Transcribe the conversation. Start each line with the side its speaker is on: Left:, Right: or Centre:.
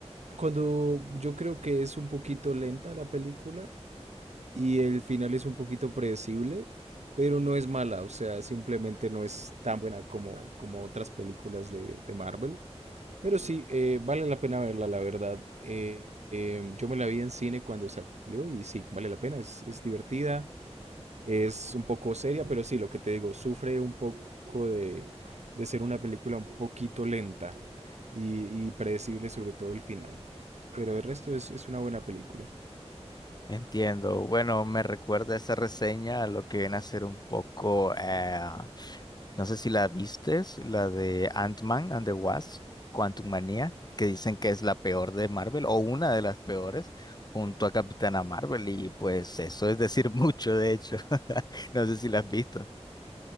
Right: cuando yo creo que es un poquito lenta la película y el final es un poquito predecible, pero no es mala, o sea, simplemente no es tan buena como, como otras películas de, de Marvel. Pero sí, eh, vale la pena verla, la verdad. Eh, eh, yo me la vi en cine cuando salió y sí, vale la pena, es, es divertida es un poco seria, pero sí, lo que te digo, sufre un poco de, de ser una película un poquito lenta y, y predecible, sobre todo el final. Pero el resto es, es una buena película.
Left: Entiendo. Bueno, me recuerda esa reseña a lo que viene a ser un poco, eh, no sé si la vistes, la de Ant-Man and the Wasp, Quantum Manía, que dicen que es la peor de Marvel o una de las peores, junto a Capitana Marvel. Y pues eso es decir <laughs> mucho, de hecho. <laughs> No sé si la has visto.